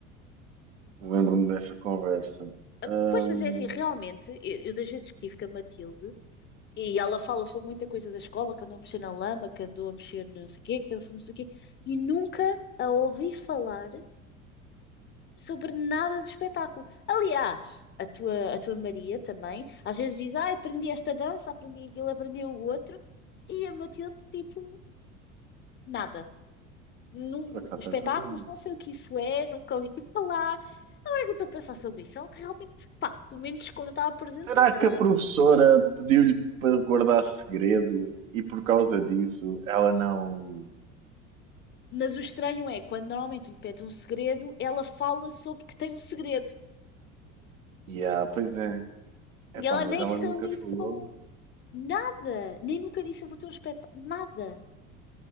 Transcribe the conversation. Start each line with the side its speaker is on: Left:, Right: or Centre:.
Right: Lembro-me dessa conversa.
Left: Ah,
Right: Ahm,
Left: Pois, mas é assim, realmente, eu, eu das vezes que tive com a Matilde, e ela fala sobre muita coisa da escola, que andou a mexer na lama, que andou a mexer no não sei o quê, que estava a fazer não sei o quê, e nunca a ouvi falar sobre nada de espetáculo. Aliás, a tua, a tua Maria também, às vezes diz, ah, aprendi esta dança, aprendi aquilo, aprendi o outro, e a Matilde, tipo, nada. Num,
Right: por acaso
Left: espetáculos,
Right: é verdade.
Left: não sei o que isso é, nunca ouvi <laughs> falar. Agora que eu estou a pensar sobre isso, ela realmente, pá, pelo menos quando eu estava presente,
Right: Será
Left: nunca.
Right: que a professora pediu-lhe para guardar segredo e por causa disso ela não.
Left: Mas o estranho é, quando normalmente lhe pede um segredo, ela fala sobre que tem um segredo.
Right: Yeah, pois é. Epá,
Left: E ela
Right: mas
Left: nem
Right: ela
Left: sobre
Right: nunca
Left: isso
Right: falou.
Left: falou. Nada! Nem nunca disse eu vou ter um espetáculo. Nada!